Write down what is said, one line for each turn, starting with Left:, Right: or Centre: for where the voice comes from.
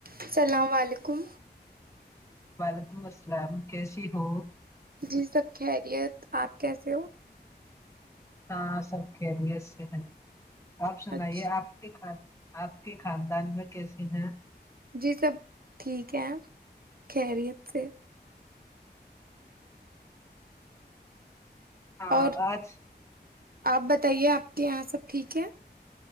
Right: السلام علیکم
Left: وعلیکم السلام کیسی ہو
Right: جی سب خیریت آپ کیسے ہو
Left: ہاں سب کےری سے ہیں آپ سنائیے
Right: اچھا
Left: آپ کے آپ کے خاندان میں کیسے ہیں
Right: جی سب ٹھیک ہے خیریت سے
Left: ہاں
Right: اور
Left: آج
Right: آپ بتائیے آپ کے یہاں سب ٹھیک ہے